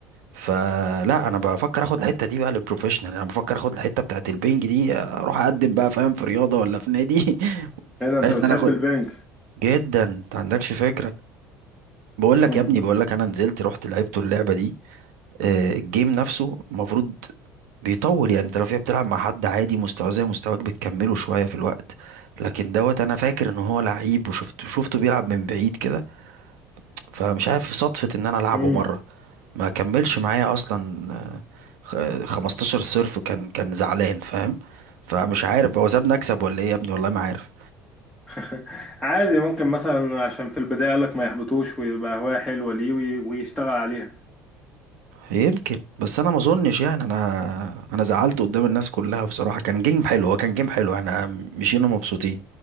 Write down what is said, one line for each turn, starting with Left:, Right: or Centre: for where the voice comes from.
Right: فلا انا بفكر اخد الحته دي بقى للبروفيشنال انا بفكر اخد الحته بتاعت البنج دي اروح اقدم بقى فاهم في رياضه ولا في نادي <laughs>
Centre: ايه ده انت
Right: بحيث
Centre: بتحب
Right: ان انا اخد
Centre: البنك
Right: جدا انت عندكش فكره بقول
Centre: <laughs>
Right: لك يا ابني بقول لك انا نزلت رحت لعبت اللعبه دي آه، الجيم نفسه المفروض بيطول يعني انت لو فيها بتلعب مع حد عادي مستواه زي مستواك بتكمله شوية في الوقت لكن دوت انا فاكر ان هو لعيب وشفته شفته بيلعب من بعيد كده فمش عارف صدفة ان انا العبه
Centre: امم
Right: مرة ما كملش معايا اصلا آه، خ- 15 صرف كان كان زعلان فاهم فمش عارف هو سابني اكسب ولا ايه يا ابني والله ما عارف
Centre: <laughs> عادي ممكن مثلا عشان في البداية قالك ما يحبطوش ويبقى هواية حلوة ليه وي- ويشتغل عليها
Right: يمكن بس انا ما اظنش يعني انا انا زعلت قدام الناس كلها بصراحه كان جيم حلو هو كان جيم حلو احنا مشينا مبسوطين